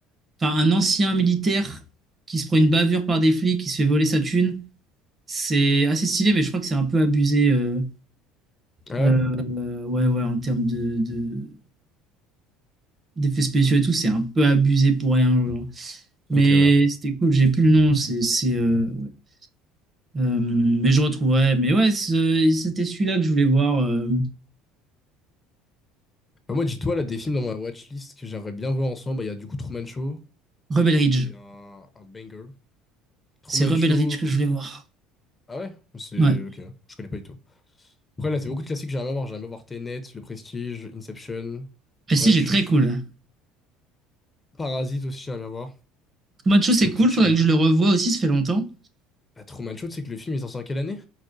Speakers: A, on the right; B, on the left.
A: enfin, un ancien militaire qui se prend une bavure par des flics, qui se fait voler sa thune. C'est assez stylé, mais je crois que c'est un peu abusé. euh,
B: Ah ouais?
A: euh, ouais, ouais, en termes de, de- d'effets spéciaux et tout, c'est un peu abusé pour rien. genre. Mais
B: Ok, ouais.
A: c'était cool, j'ai plus le nom. C'est, c'est, euh, ouais. Euh, mais je retrouverai. Mais ouais, ce- c'était celui-là que je voulais voir. euh,
B: Bah, moi, dis-toi, là, des films dans ma watchlist que j'aimerais bien voir ensemble, bah, il y a du coup Truman Show.
A: Rebel
B: Je pense
A: Ridge.
B: qu'il y a un, un banger. Truman
A: C'est Rebel
B: Show.
A: Ridge que je voulais voir.
B: Ah ouais? C'est.
A: Ouais.
B: Ok, je connais pas du tout. Après, là, c'est beaucoup de classiques que j'aimerais bien voir. J'aimerais bien voir Tenet, Le Prestige, Inception,
A: Prestige
B: Rush,
A: est très cool.
B: Parasite aussi, j'aimerais bien voir.
A: Macho, c'est
B: Pulp
A: cool,
B: Fiction.
A: faudrait que je le revoie aussi, ça fait longtemps.
B: Bah, Truman Show, tu sais que le film, il est sorti en quelle année?